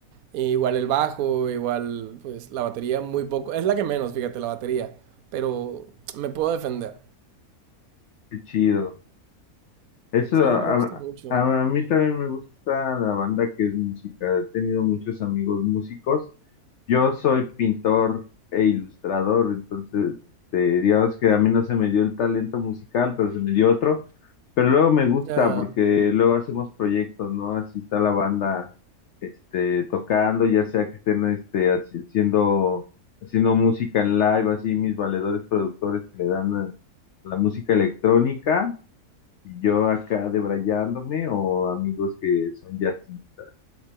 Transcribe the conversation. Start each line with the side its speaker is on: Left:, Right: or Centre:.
Right: E igual el bajo, igual pues la batería muy poco. Es la que menos, fíjate, la batería. Pero me puedo defender.
Left: qué chido. Eso,
Right: Sí,
Left: a,
Right: me gusta mucho.
Left: a- a mí también me gusta la banda que es música. He tenido muchos amigos músicos. Yo soy pintor e ilustrador, entonces, este, digamos que a mí no se me dio el talento musical, pero se me dio otro. Pero luego me gusta
Right: Ya,
Left: porque luego hacemos proyectos, ¿no? Así está la banda, este, tocando, ya sea que estén, este, haci- haciendo, haciendo música en live, así mis valedores productores que le dan eh, la música electrónica y yo acá debrayándome o amigos que son jazzistas.